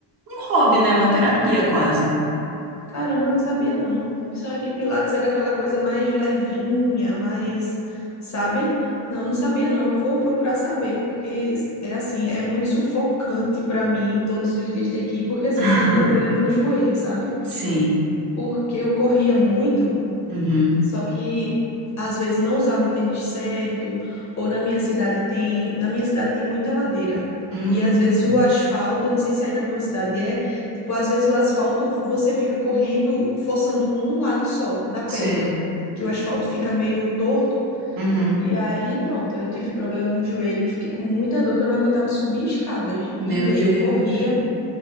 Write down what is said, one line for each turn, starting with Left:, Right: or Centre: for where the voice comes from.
Right: um hobby, né? Uma terapia quase.
Left: Caramba, eu não sabia não. Pensava que Pilates era aquela coisa mais levinha, mais, sabe? Não, não sabia não. Eu vou procurar saber, porque é assim, é muito sufocante para mim todos os dias ter que ir, porque assim,
Right: <laughs>
Left: eu tive um problema no joelho, sabe?
Right: Sim.
Left: Porque eu corria muito
Right: Uhum.
Left: só que às vezes não usava o tênis certo, ou na minha cidade tem, na minha cidade tem muita ladeira.
Right: Hum,
Left: E às vezes o asfalto, eu não sei se aí na tua cidade é, tipo, às vezes o asfalto você fica correndo, forçando um lado só da perna,
Right: sei.
Left: que o asfalto fica meio torto.
Right: Uhum.
Left: E aí, pronto, eu tive problema no joelho, que fiquei com muita dor, que eu não aguentava subir escadas.
Right: Meu
Left: E veio,
Right: Deus.
Left: eu corria,